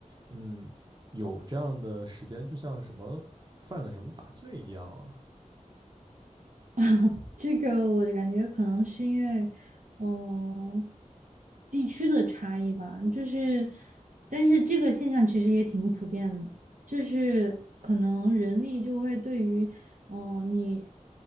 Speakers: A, on the right; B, on the right.
A: 嗯，有这样的时间，就像什么犯了什么大罪一样啊。
B: <laughs> 这个我就感觉可能是因为，嗯，地区的差异吧，就是，但是这个现象其实也挺普遍的，就是可能人力就会对于，嗯，你